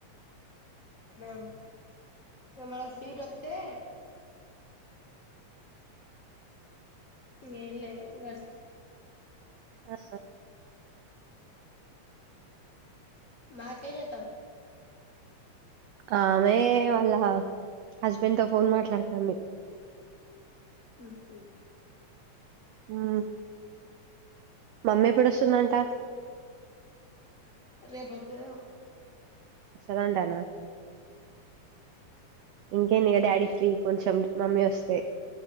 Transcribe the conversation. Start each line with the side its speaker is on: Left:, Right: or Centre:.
Left: హమ్ మనకి సీట్ వస్తె ఏం లేదు ఇంగ
Right: ఆ
Left: మాకేం చేతావ్
Right: ఆ ఆమె వాళ్ళ హస్బెండ్తో ఫోన్ మాట్లాడతాంది
Left: హ్మ్మ్
Right: ఆ మమ్మీ ఎప్పుడోస్తుందంట
Left: రేపోతదేమో
Right: వస్తదంటనా ఇంకేందిగా డాడీ
Left: ఇగ
Right: ఫ్రీ కొంచెం మమ్మీ వస్తే